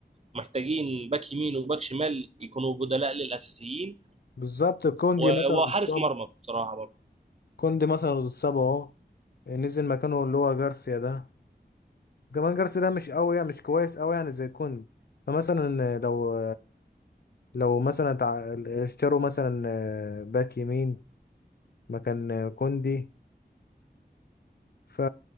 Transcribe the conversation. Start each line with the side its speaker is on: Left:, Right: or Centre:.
Right: محتاجين باك يمين وباك شمال يكونوا بدلاء للاساسيين
Left: بالظبط كوندي
Right: و-
Left: مثلا
Right: وحارس
Left: اتصاب
Right: مرمى بصراحه برضه
Left: كوندي مثلا اتصاب اهو نزل مكانه اللي هو جارسيا ده كمان جارسيا ده مش قوي يعني مش كويس قوي يعني زي كوندي فمثلا لو لو مثلا تع- اشتروا مثلا باك يمين مكان كوندي ف...